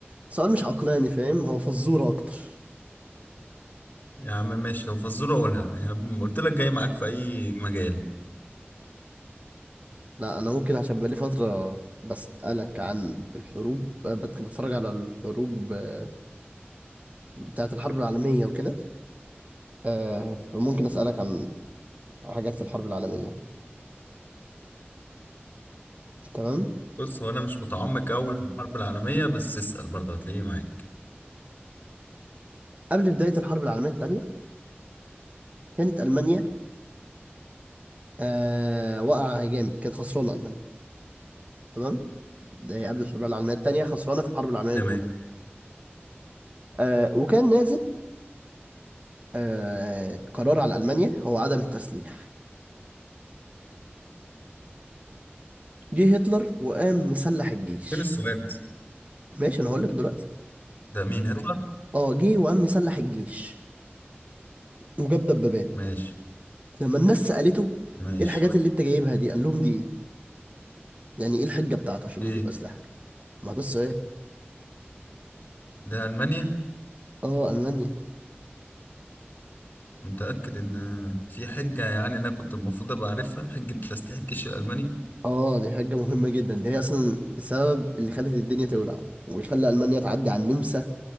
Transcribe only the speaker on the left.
يا عم ماشي لو فزورة قولها يعني قلت لك جاي معاك في أي مجال
بص هو أنا مش متعمق أوي في الحرب العالمية بس اسأل برضه هتلاقيه معاك
تمام
فين السؤال بس
ده مين هتلر؟
ماشي
ماشي
إيه
ده ألمانيا؟
متأكد إن في حجة يعني أنا كنت المفروض أبقى عارفها حجة تسليح الجيش الألماني